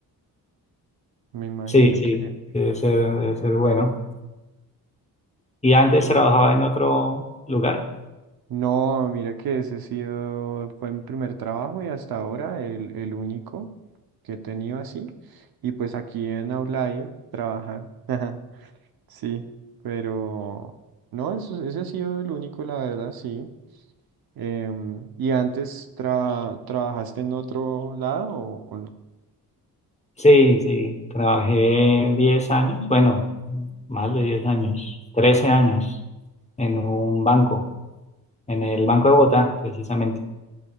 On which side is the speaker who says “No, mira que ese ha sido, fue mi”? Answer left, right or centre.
Right